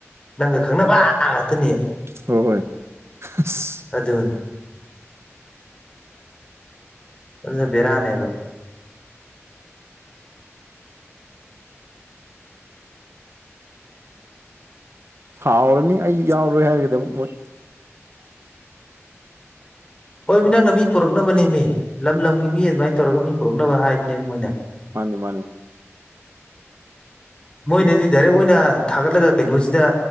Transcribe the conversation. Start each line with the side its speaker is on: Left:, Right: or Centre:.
Left: ꯅꯪꯒ ꯈꯪꯅꯕ ꯉꯥꯛꯇꯅꯤ
Right: ꯍ ꯍꯣꯏ ꯑꯁ
Left: ꯑꯗꯨꯅꯤ ꯑꯗꯨꯅ ꯕꯦꯔꯅꯦꯕ
Right: ꯍꯥꯎꯔꯅꯤ ꯑꯩ ꯌꯥꯎꯔꯣꯏ ꯍꯥꯏꯔꯒꯗꯤ ꯑꯃꯨꯛ ꯃꯣꯏ <unintelligible>
Left: ꯍꯣꯏꯃꯦ ꯅꯪꯅ ꯃꯤ ꯄꯨꯔꯛꯅꯕꯅꯦꯃꯦ ꯂꯝ ꯂꯝꯒꯤ ꯃꯤ ꯑꯗꯨꯃꯥꯏꯅ ꯇꯧꯔꯒ ꯃꯤ ꯄꯨꯔꯛꯅꯕ ꯍꯥꯏꯕꯅꯦꯕ ꯃꯣꯏꯅ
Right: ꯃꯥꯅꯦ ꯃꯥꯅꯦ
Left: ꯃꯣꯏꯅꯗꯤ ꯗꯥꯏꯔꯦꯛ ꯑꯣꯏꯅ ꯊꯥꯒꯠꯂꯒ ꯀꯩꯅꯣꯁꯤꯗ